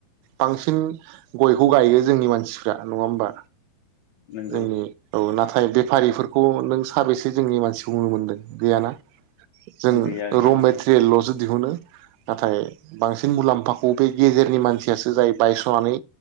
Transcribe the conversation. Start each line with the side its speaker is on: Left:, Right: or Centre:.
Right: बांसिन गयखौ गायो जोंनि मानसिफ्रा नंङा होमबा
Left: नंगौ
Right: जोंनि औ नाथ थाय बेफारिफोरखौ नों साबेसे जोंनि मानसिखौ नुनो मोनगोन गैयाना जों
Left: गैया गैया
Right: र
Left: नोंथां
Right: मेटेरियेललसो दिहुनो नाथाय बांसिन मुलाम्फाखौ बे गेजेरनि मानसियासो जायो बायस्रनानै